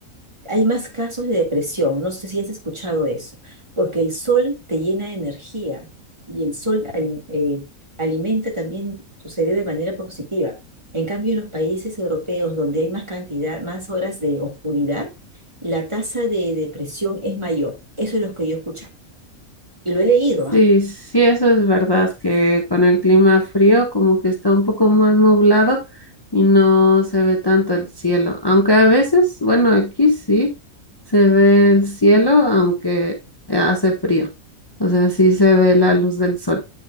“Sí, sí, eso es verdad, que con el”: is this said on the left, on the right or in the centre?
Left